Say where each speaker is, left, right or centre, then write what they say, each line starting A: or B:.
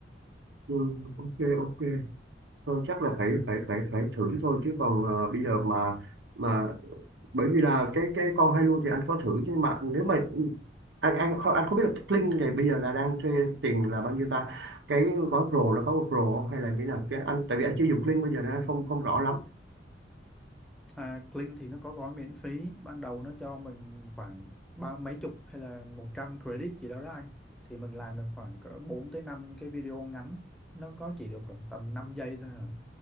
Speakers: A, on the right; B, in the centre.
A: ừ ok ok thôi chắc là phải phải phải phải thử thôi chứ còn ờ, bây giờ mà mà bởi vì là cái cái con Halo thì anh có thử chứ mà nếu mà anh anh không anh không biết là cái Kling này bây giờ là đang thuê tiền là bao nhiêu ta cái gói Pro nó có Pro không hay là như thế nào cái anh tại vì anh chưa dùng Kling bây giờ nên anh không không rõ lắm
B: à, Kling thì nó có gói miễn phí ban đầu nó cho mình khoảng ba mấy chục hay là 100 credit gì đó đó anh thì mình làm được khoảng cỡ 4 tới 5 cái video ngắn nó có chỉ được khoảng tầm 5 giây thôi hả